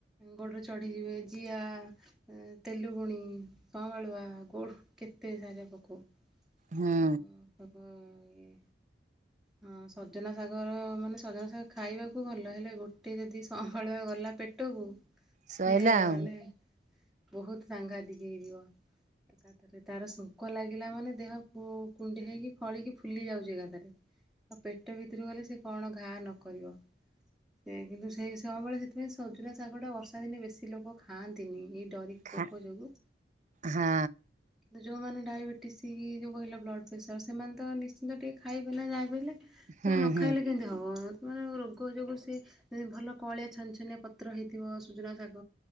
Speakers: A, in the centre; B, on the right (about 45°).
A: ଗୋଡ଼ରେ ଚଢ଼ିଯିବେ ଜିଆ ଉଁ ତେଲୁଗୁଣି, ସଂବାଳୁଆ ଗୋଡ଼୍ କେତେ ସାରା ପୋକ।
B: ହୁଁ
A: ସବୁ ହବ ଇଏ। ହଁ ସଜନା ଶାଗର ମାନେ ସଜନା ଶାଗ ଖାଇବାକୁ ଭଲ ହେଲେ ଗୋଟେ ଯଦି ସଁ ବାଳୁଆ ଗଲା ପେଟକୁ
B: ସଇଲା
A: ସିଏ
B: ଆଉ
A: ମାନେ ବହୁତ ସାଂଘାତିକ୍ ହେଇଯିବ ଏକାଥରେ। ରେ ତାର ଶୁଙ୍କ ଲାଗିଲା ମାନେ ଦେହ କୁ କୁଣ୍ଡି ହେଇକି ଫଳିକି ଫୁଲି ଯାଉଚି ଏକାଥରେ। ଆଉ ପେଟ ଭିତୁରୁ ଗଲେ ସେ କଣ ଘା ନକରିବ। ସେ କିନ୍ତୁ ସେଇ ସଁବଳୁଆ ସେଥିପାଇଁ ସଜୁୁନା ଶାଗଟା ବର୍ଷା ଦିନେ ବେଶୀ ଲୋକ ଖାଆନ୍ତିନି ଏଇ ଡରିକି
B: ଖା
A: ପୋକ ଯୋଗୁ।
B: ହଁ
A: କିନ୍ତୁ ଯୋଉମାନେ ଡାଇବେଟିସ୍ ଯୋଉ କହିଲ ବ୍ଲଡ଼୍ ପ୍ରେସର୍ ସେମାନେ ତ ନିଶ୍ଚିନ୍ତ ଟିକେ ଖାଇବେ ନା ଯାହା ବି ହେଲେ। ତ
B: ହୁଁ
A: ନଖାଇଲେ
B: ହୁଁ
A: କେନ୍ତି ହବ ସେମାନଙ୍କ ରୋଗ ଯୋଗୁ ସେ ଏ ଭଲ କଁଅଳିଆ ଛନଛନିଆ ପତ୍ର ହେଇଥିବ ସୁଜୁନା ଶାଗ